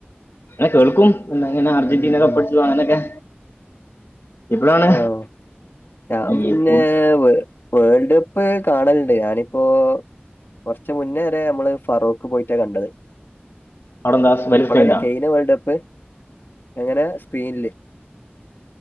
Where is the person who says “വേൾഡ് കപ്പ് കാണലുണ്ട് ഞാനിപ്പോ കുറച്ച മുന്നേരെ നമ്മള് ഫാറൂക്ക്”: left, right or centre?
Left